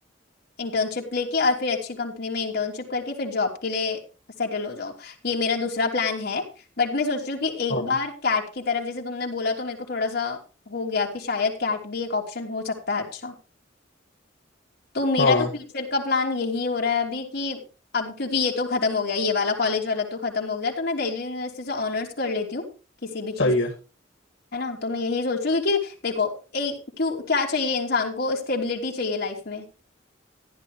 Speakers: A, on the left; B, on the left.
A: इंटर्नशिप लेके और फिर अच्छी कंपनी में इंटर्नशिप करके फिर जॉब के लिए सेटल हो जाऊं ये मेरा दूसरा प्लान है बट मैं सोच रही हूँ कि एक
B: हाँ
A: बार कैट की तरफ जैसे तुमने बोला तो मेरे को थोड़ा सा हो गया कि शायद कैट भी एक ऑप्शन हो सकता है अच्छा तो मेरा
B: हाँ
A: तो फ्यूचर का प्लान यही हो रहा है अभी कि अब क्योंकि ये तो खत्म हो गया ये वाला कॉलेज वाला तो खत्म हो गया तो मैं दिल्ली यूनिवर्सिटी से ऑनर्स कर लेती हूँ किसी भी चीज
B: सही है
A: में है ना तो मैं यही सोच रही हूँ क्योंकि देखो एक क्यों क्या चाहिए इंसान को स्टेबिलिटी चाहिए लाइफ में